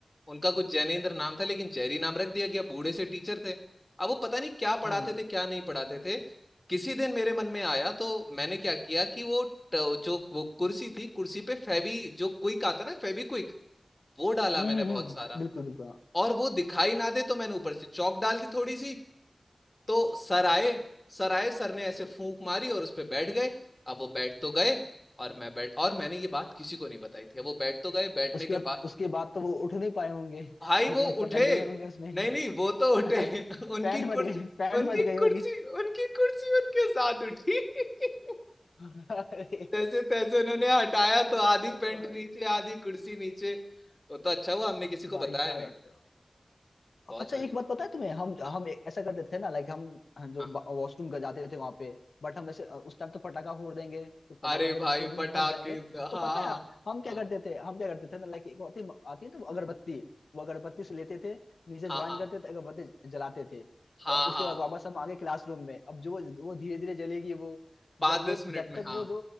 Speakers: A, on the left; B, on the left.
A: उनका कुछ जैनेन्द्र नाम था लेकिन जेरी नाम रख दिया गया बूढ़े से टीचर थे अब वो पता नहीं क्या पढ़ाते
B: हम्म
A: थे क्या नहीं पढ़ाते थे किसी दिन मेरे मन में आया तो मैंने क्या किया कि वो ट- जो वो कुर्सी थी कुर्सी पे फेवी जो क्विक आता ना फेवी क्विक वो डाला
B: हम्म
A: मैंने बहुत
B: हम्म, हम्म,
A: सारा
B: बिल्कुल बिल्कुल हाँ
A: और वो दिखाई ना दे तो मैंने ऊपर से चौक डाल दी थोड़ी सी तो सर आए सर आए सर ने ऐसे फूंक मारी और उस पे बैठ गए अब वो बैठ तो गए और मैं बैठ और मैंने ये बात किसी को नहीं बताई थी अब वो बैठ तो गए बैठने
B: उसके
A: के
B: बाद
A: बाद
B: उसके बाद तो वो उठ नहीं पाए होंगे <laughs>
A: भाई
B: वो
A: वो
B: तो
A: उठे
B: अटक गए होंगे उसमें
A: नहीं नहीं वो तो उठे
B: अच्छा
A: <laughs> उनकी
B: पैंट फट
A: कुर्सी
B: गई पैंट
A: उनकी
B: फट गई होगी
A: कुर्सी उनकी कुर्सी उनके साथ उठी <laughs>
B: <laughs> अरे
A: तैसे तैसे उन्होंने
B: ओ
A: हटाया तो आधी पेंट
B: भाई
A: नीचे आधी कुर्सी नीचे वो तो अच्छा हुआ हमने किसी को
B: भाई
A: बताया
B: क्या
A: नहीं
B: करते
A: बहुत
B: अच्छा
A: सारी
B: एक बात पता है तुम्हें हम हम
A: हाँ
B: ए- ऐसा करते थे ना लाइक हम हम जो
A: हाँ हाँ।
B: वॉशरूम का जाते थे वहां पे बट हम ऐसे अ, उस टाइम तो फटाका फोड़ देंगे कुछ पटाखा
A: अरे
B: वगैरह
A: भाई
B: फोड़ देंगे
A: पटाखे
B: तो फंस जाएंगे
A: हाँ हाँ
B: तो पता है हम क्या
A: हाँ
B: करते थे हम क्या करते थे ना लाइक एक होती आती है ना वो अगरबत्ती वो अगरबत्ती से लेते थे नीचे
A: हाँ
B: ज्वाइन
A: हाँ
B: करते थे अगरबत्ती ज- जलाते थे तो
A: हाँ
B: उसके
A: हाँ
B: बाद वापस हम आगे क्लासरूम में अब जो वो धीरे धीरे जलेगी वो
A: पाँच
B: जब वो
A: दस मिनट
B: जब
A: में
B: तक
A: हाँ
B: वो जो